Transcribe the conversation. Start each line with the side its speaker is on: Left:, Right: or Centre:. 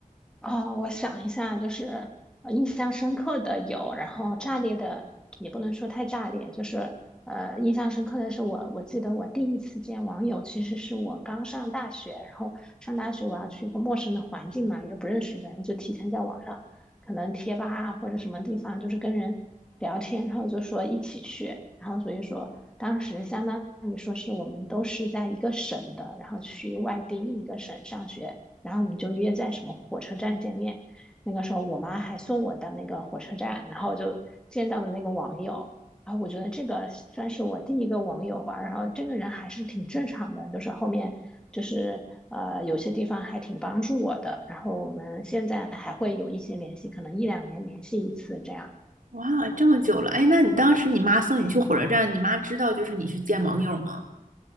Centre: 哦，我想一下，就是呃印象深刻的有，然后炸裂的也不能说太炸裂，就是呃，印象深刻的是我，我记得我第一次见网友，其实是我刚上大学，然后上大学我要去一个陌生的环境嘛，又不认识人，就提前在网上可能贴吧啊或者什么地方，就是跟人聊天，然后就说一起去，然后所以说当时相当于说是我们都是在一个省的，然后去外地另一个省上学。然后我们就约在什么火车站见面。那个时候我妈还送我到那个火车站，然后就见到了那个网友。然后我觉得这个算是我第一个网友吧。然后这个人还是挺正常的，就是后面就是呃有些地方还挺帮助我的。然后我们现在还会有一些联系，可能一两年联系一次这样。
Right: 哇，这么久了，哎，那你当时你妈送你去火车站，你妈知道就是你去见网友吗？